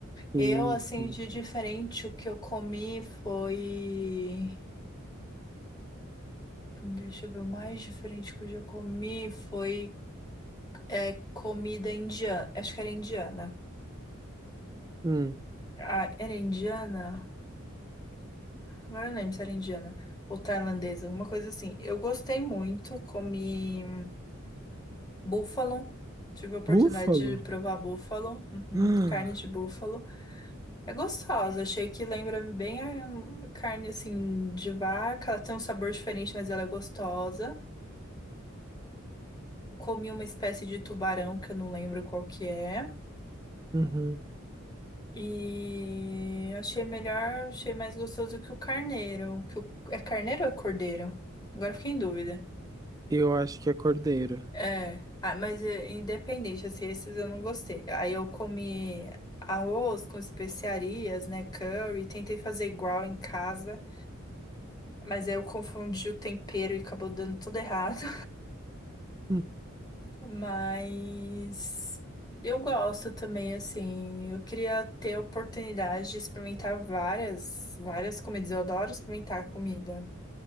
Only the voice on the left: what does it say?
Eu, assim,
de diferente, o que eu comi foi. Deixa eu ver, o mais diferente que eu já comi foi é, comida indiana. Acho que era indiana.
Ah, era indiana? Agora eu não lembro se era indiana ou tailandesa, alguma coisa assim. Eu gostei muito, comi búfalo. Tive a oportunidade
de provar
búfalo, uhum,
carne de búfalo. É gostosa, achei que lembra bem a carne assim de vaca. Ela tem um sabor diferente, mas ela é gostosa. Comi uma espécie de tubarão que eu não lembro qual que é.
E achei melhor, achei mais gostoso que o carneiro. Que o... É carneiro ou é cordeiro? Agora eu fiquei em dúvida.
É, ah, mas é, independente, assim, esses eu não gostei. Aí eu comi arroz com especiarias, né, curry, tentei fazer igual em casa, mas aí eu confundi o tempero e acabou dando tudo errado. <laughs>
Mas eu gosto também, assim. Eu queria ter oportunidade de experimentar várias, várias comidas. Eu adoro experimentar comida